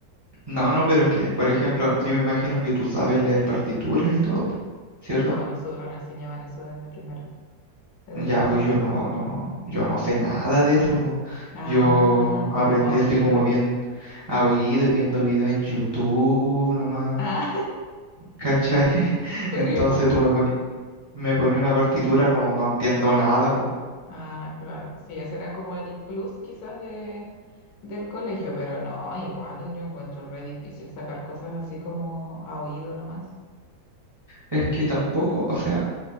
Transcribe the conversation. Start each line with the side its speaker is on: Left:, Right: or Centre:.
Right: no, no, pero es que, por ejemplo, yo me imagino que tú sabes leer partituras y todo, po, ¿cierto?
Left: Sí, pues a nosotros nos enseñaban eso desde primero, desde
Right: Ya,
Left: primero
Right: pues
Left: básico.
Right: yo no, no, yo no sé nada de eso, po.
Left: Ah,
Right: Yo aprendí
Left: tú como a oído.
Right: así como bien a oído y viendo videos en YouTube nomás,
Left: Ah,
Right: ¿cachai? <laughs>
Left: <laughs> pero
Right: Entonces
Left: igual.
Right: tú me ponías me ponía una partitura, no, no entiendo nada, po.
Left: Ah, claro. Sí, ese era como el plus quizás de, del colegio, pero no, igual yo encuentro re difícil sacar cosas así como a oído nomás.
Right: Es que tampoco, o sea,